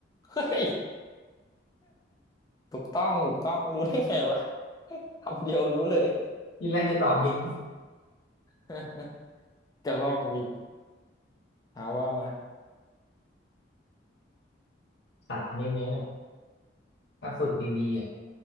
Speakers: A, on the left (about 20°); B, on the left (about 70°).
A: เฮ้ยถูกต้องถูกต้อง รู้ได้ไงวะ <laughs> คำเดียวรู้เลย
B: ที่แรกจะตอบลิง
A: <laughs> กระรอกบินเอาว่ามา
B: สัตว์ชนิดนี้ถ้าฝึกดีๆอ่ะ